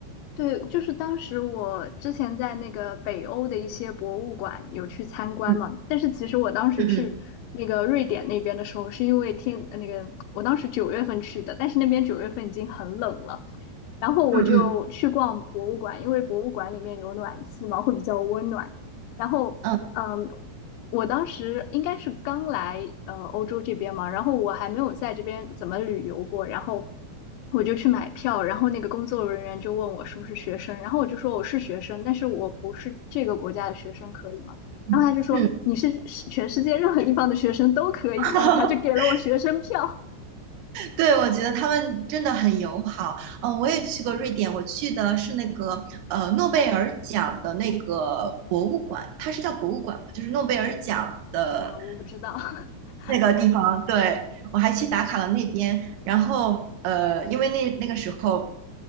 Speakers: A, on the left; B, on the right.
A: 对，就是当时我之前在那个北欧的一些博物馆有去参观嘛，
B: 嗯
A: 但是其实我当时去那个瑞典那边的时候，
B: 嗯
A: 是因为天，呃那个我当时九月份去的，但是那边九月份已经很冷了，然后我就去逛博物馆，
B: 嗯嗯
A: 因为博物馆里面有暖气嘛，会比较温暖。然后，
B: 嗯
A: 嗯，我当时应该是刚来呃欧洲这边嘛，然后我还没有在这边怎么旅游过，然后我就去买票，然后那个工作人员就问我是不是学生，然后我就说我是学生，但是我不是这个国家的学生，可以吗？
B: 嗯嗯嗯，
A: 然后他就说你是是全世界任何地方的学生都可以，
B: <laughs>
A: 然后他就给了我学生票
B: 对，我觉得他们真的很友好。嗯、我也去过瑞典，我去的是那个呃诺贝尔奖的那个博物馆，它是叫博物馆吗就是诺贝尔奖的
A: 啊，我不知道，<laughs>
B: 那个地方，对，我还去打卡了那边，然后呃，因为那那个时候